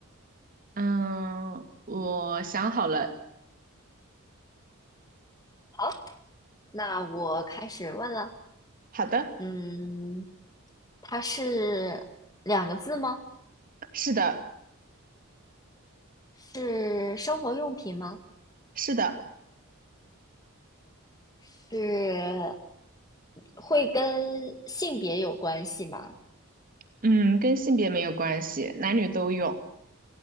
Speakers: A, on the right; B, on the left.
A: 嗯，我想好了，
B: 好，那我开始问了。
A: 好的，
B: 嗯，它是两个字吗？
A: 是的，
B: 是生活用品吗？
A: 是的，
B: 是会跟性别有关系吗？
A: 嗯，跟性别没有关系，男女都用，